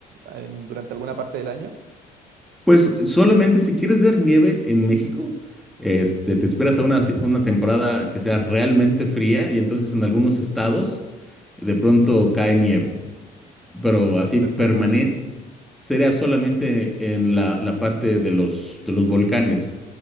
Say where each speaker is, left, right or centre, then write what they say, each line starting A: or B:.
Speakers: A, on the right (about 75°); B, in the centre.
A: en- durante alguna parte del año?
B: Pues solamente si quieres ver nieve en México, este, te esperas a una, una temporada que sea realmente fría y entonces en algunos estados de pronto cae nieve, pero así
A: Perfecto.
B: permanente sería solamente en la, la parte de los, de los volcanes,